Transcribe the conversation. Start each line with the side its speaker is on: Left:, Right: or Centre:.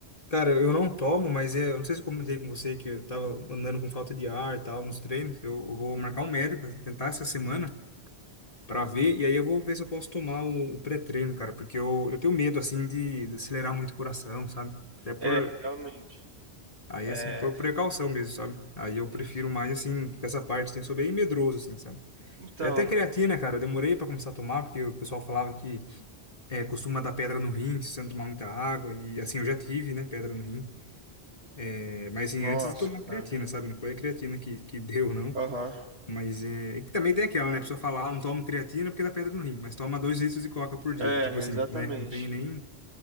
Left: Cara, eu não tomo, mas é. Eu não sei se eu comentei com você que eu tava andando com falta de ar e tal nos treinos. Eu, eu vou marcar um médico, tentar essa semana pra ver, e aí eu vou ver se eu posso tomar o, o pré-treino, cara, porque eu, eu tenho medo, assim, de, de acelerar muito o coração, sabe? Até por.
Right: É, realmente.
Left: Aí,
Right: É,
Left: assim, por precaução mesmo, sabe? Aí eu
Right: enfim.
Left: prefiro mais, assim, com essa parte, assim, eu sou bem medroso, assim, sabe?
Right: Então,
Left: É Até creatina, cara, eu demorei pra começar a tomar, porque o pessoal falava que é, costuma dar pedra no rim se você não tomar muita água, e assim, eu já tive, né, pedra no rim, É, mas assim,
Right: nossa,
Left: antes de tomar creatina,
Right: cara.
Left: sabe? Não foi a creatina que, que deu, não.
Right: Aham.
Left: Mas é, e que também tem aquela, né, a pessoa fala, ah, não tomo creatina porque dá pedra no rim, mas toma dois litros de coca por dia,
Right: É,
Left: tipo assim,
Right: exatamente.
Left: né, não tem nem...